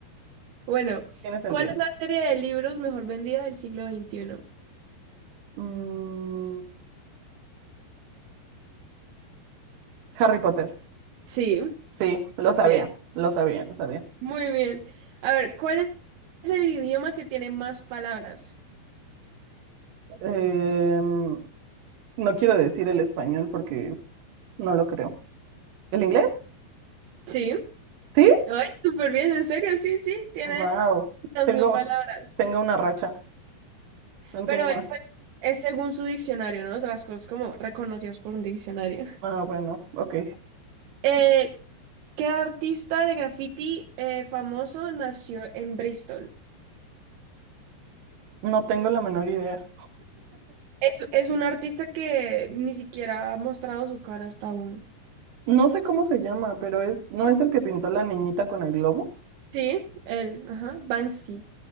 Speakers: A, on the right; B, on the right.
A: Bueno,
B: Tiene sentido.
A: ¿cuál es la serie de libros mejor vendida del siglo XXI?
B: Mm, Harry Potter.
A: Sí, muy
B: Sí, lo sabía,
A: bien,
B: lo sabía, lo sabía.
A: muy bien. A ver, ¿cuál es el idioma que tiene más palabras?
B: Em, no quiero decir el español porque no lo creo. ¿El inglés?
A: Sí.
B: Sí,
A: Ay, súper bien, en serio, sí, sí, tiene
B: Wow,
A: dos
B: tengo,
A: mil palabras.
B: tengo una racha, no entiendo.
A: Pero eh, pues es según su diccionario, ¿no? O sea, las cosas como reconocidas por un diccionario.
B: Ah, bueno, ok,
A: Eh, ¿qué artista de graffiti eh, famoso nació en Bristol?
B: no tengo la menor idea.
A: Es, es un artista que ni siquiera ha mostrado su cara hasta aún.
B: No sé cómo se llama, pero es, ¿no es el que pintó la niñita con el globo?
A: Sí, él, ajá, Banksy.